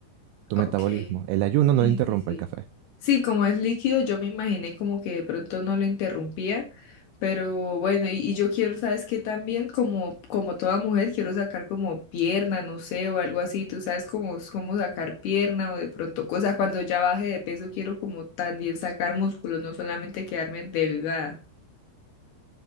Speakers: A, on the right; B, on the left.
A: tu
B: Ok,
A: metabolismo. El ayuno
B: sí,
A: no lo interrumpe
B: sí, sí.
A: el café.
B: Sí, como es líquido, yo me imaginé como que de pronto no lo interrumpía, pero bueno, y, y yo quiero, ¿sabes qué? También como, como toda mujer, quiero sacar como pierna, no sé, o algo así, tú sabes cómo, cómo sacar pierna o de pronto cosa, cuando ya baje de peso, quiero como también sacar músculos, no solamente quedarme delgada.